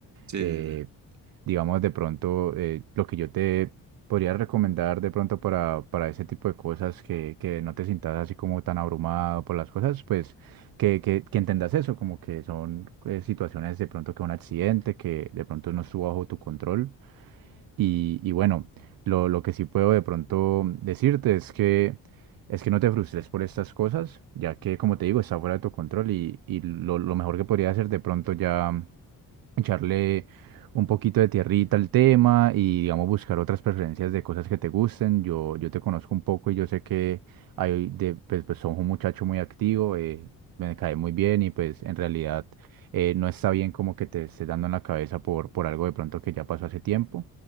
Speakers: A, on the right; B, on the right.
A: Sí,
B: eh,
A: sí, sí.
B: digamos, de pronto, eh, lo que yo te podría recomendar de pronto para, para ese tipo de cosas, que, que no te sientas así como tan abrumado por las cosas, pues que, que, que entendas eso, como que son eh, situaciones de pronto que un accidente, que de pronto no estuvo bajo tu control. Y, y bueno, lo, lo que sí puedo de pronto decirte es que... Es que no te frustres por estas cosas, ya que, como te digo, está fuera de tu control y, y lo, lo mejor que podría hacer de pronto ya echarle un poquito de tierrita al tema y, digamos, buscar otras preferencias de cosas que te gusten. Yo, yo te conozco un poco y yo sé que hay de, pues, pues sos un muchacho muy activo, eh, me cae muy bien y pues en realidad eh, no está bien como que te estés dando en la cabeza por, por algo de pronto que ya pasó hace tiempo